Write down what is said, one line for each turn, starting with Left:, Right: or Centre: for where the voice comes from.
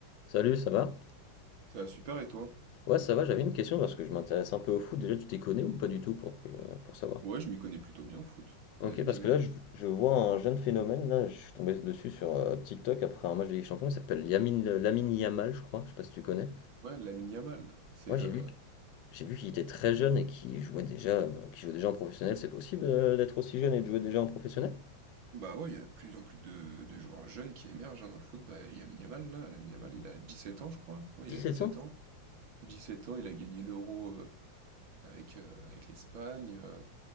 Left: Salut, ça va?
Right: Ça va super et toi?
Left: Ouais, ça va, j'avais une question parce que je m'intéresse un peu au foot. Déjà, tu t'y connais ou pas du tout pour que, pour savoir?
Right: Ouais, je m'y connais plutôt bien en foot.
Left: Ok,
Right: Vas-y,
Left: parce
Right: dis-moi.
Left: que là, je, je vois un jeune phénomène. Là, je suis tombé dessus sur euh, TikTok après un match de Ligue des Champions. Il s'appelle Lamine, Lamine Yamal, je crois. Je sais pas si tu connais.
Right: Ouais, Lamine Yamal, c'est...
Left: Ouais, j'ai
Right: euh,
Left: vu, j'ai vu qu'il était très jeune et qu'il jouait déjà, euh, qu'il jouait déjà en professionnel. C'est possible euh, d'être aussi jeune et de jouer déjà en professionnel?
Right: Bah ouais, il y a de plus en plus de, de joueurs jeunes qui émergent hein, dans le foot. Bah, Lamine Yamal, là, Lamine Yamal, il a 17 ans, je crois. Ouais,
Left: Dix
Right: il a
Left: sept
Right: dix sept
Left: ans?
Right: ans. dix sept ans, il a gagné l'Euro euh, avec, euh, avec l'Espagne. euh,